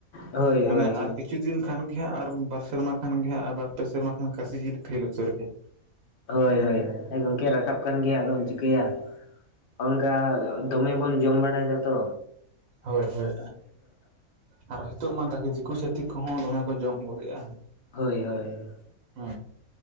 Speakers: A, on the left; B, on the right.
A: ᱦᱳᱭ
B: ᱢᱟᱱᱮ
A: ᱦᱳᱭ
B: ᱟᱨ ᱠᱤᱪᱷᱩ ᱠᱤᱪᱷᱩ ᱫᱤᱱ ᱠᱷᱟᱱ ᱜᱮ ᱦᱟᱜ ᱟᱨ ᱵᱟᱨ ᱥᱮᱨᱢᱟ ᱠᱷᱟᱱ ᱜᱮ ᱦᱟᱜ ᱟᱨ ᱵᱟᱨ ᱯᱮ ᱥᱮᱨᱢᱟ ᱠᱷᱟᱱ ᱠᱟᱥᱤ ᱡᱤᱞ ᱯᱷᱮᱞ ᱩᱛᱟᱹᱨ ᱜᱮᱭᱟ᱾
A: ᱦᱳᱭ ᱦᱳᱭ ᱜᱚᱝᱠᱮ ᱨᱟᱠᱟᱵ ᱠᱟᱱ ᱜᱮᱭᱟ ᱟᱫᱚᱢ ᱪᱤᱠᱟᱹᱭᱟ ᱱᱚᱝᱠᱟ ᱫᱚᱢᱮ ᱵᱚᱱ ᱡᱚᱢ ᱵᱟᱲᱟᱭ ᱫᱟᱛᱚ
B: ᱦᱳᱭ ᱦᱳᱭ ᱟᱨ ᱱᱤᱛᱚᱜ ᱢᱟ ᱟᱱᱠᱟᱜᱤ ᱫᱤᱠᱩ ᱪᱷᱟᱛᱤᱠ ᱠᱚᱦᱚᱸ ᱫᱚᱢᱮ ᱠᱚ ᱡᱚᱢ ᱜᱚᱜ ᱮᱫᱟ᱾
A: ᱦᱳᱭ ᱦᱳᱭ
B: ᱦᱚ